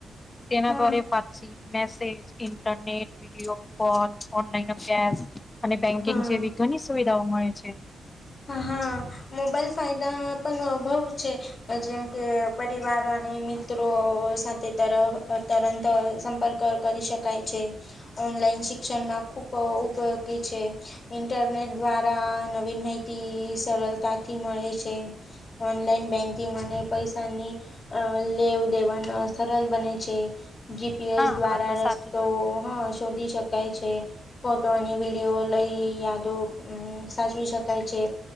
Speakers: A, on the left; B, on the left.
A: તેના
B: હા
A: ભરે પાછી message, internet, video call, online અભ્યાસ.. અને બેન્કિંગ
B: હા
A: જેવી ઘણી સુવિધાઓ મળે છે.
B: હા, મોબાઈલ ફાયદા પણ અભઉ છે. જેમ કે પરિવાર અને મિત્રો સાથે તર તરંત સંપર્ક ર્ક કરી શકાય છે. ઓનલાઈન શિક્ષણમાં ખૂબ ઉપયોગી છે ઇન્ટરનેટ દ્વારા નવીન માહિતી સરળતાથી મળે છે. ઓનલાઈન બેન્કિંગ અને પૈસાની અ લેવ દેવન સરળ બને છે. જીપીએસ
A: હા
B: દ્વારા
A: આ તો
B: રસ્તો,
A: સાચું છે.
B: હ શોધી શકાય છે. ફોટો અને વિડિઓ લઈ યાદો સાચવી શકા કાય છે.